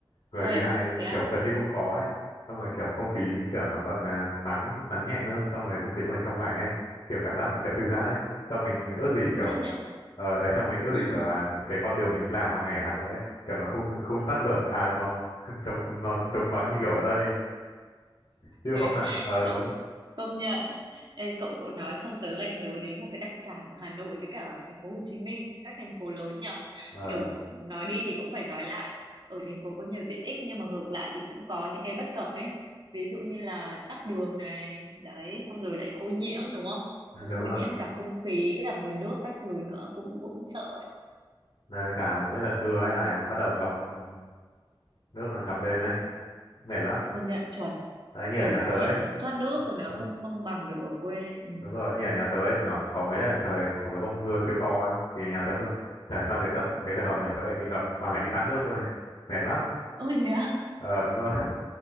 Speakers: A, on the left (about 80°); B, on the right (about 55°).
A: người
B: ôi
A: đi lại
B: thế á
A: kiểu gần như không có ấy xong rồi kiểu không khí kiểu nó còn à, nắng nắng nhẹ nữa xong rồi không khí nó còn trong lành ấy kiểu cảm giác nó kiểu thư giãn ấy xong mình ước gì
B: ôi
A: kiểu
B: thế nhở
A: ở đấy xong mình ước
B: <laughs>
A: gì kiểu là cái con đường mình đi làm hàng ngày ở Hà Nội ấy kiểu nó không không tắc đường à nó <laughs> trống nó trống vắng như kiểu ở đây chứ
B: Ê,
A: hôm nào ờ
B: cậu
A: đúng
B: công nhận Ê, cậu cậu nói xong tớ lại nhớ đến một cái đặc sản của Hà Nội với cả thành phố Hồ Chí Minh các thành phố lớn nhở
A: ờ
B: kiểu nói đi thì cũng phải nói lại ở thành phố có nhiều tiện ích nhưng mà ngược lại thì cũng có những cái bất cập ấy ví dụ như là tắc đường này đấy xong rồi lại ô nhiễm đúng không
A: ừ,
B: xong
A: đúng
B: rồi ô
A: rồi
B: nhiễm cả không khí cả nguồn nước các thứ nữa cũng cũng sợ
A: này với cả mỗi lần mưa ấy lại mà bắt đầu ngập ừ, nước nó lại ngập lên đấy mệt lắm
B: công nhận chuẩn
A: đấy như
B: kiểu
A: ở nhà tớ
B: cái hệ
A: ấy
B: thống thoát nước của nó
A: đúng,
B: không không bằng được ở quê ừ.
A: đúng rồi như ở nhà tớ ấy chỉ có, có mấy lần trời có mấy hôm mưa siêu to ấy thì nhà tớ <laughs> chả sao cái tầng cái tầng hầm nhà tớ lại bị ngập toàn phải đi tát nước thôi <laughs> mệt lắm
B: ôi thế à
A: ờ đúng rồi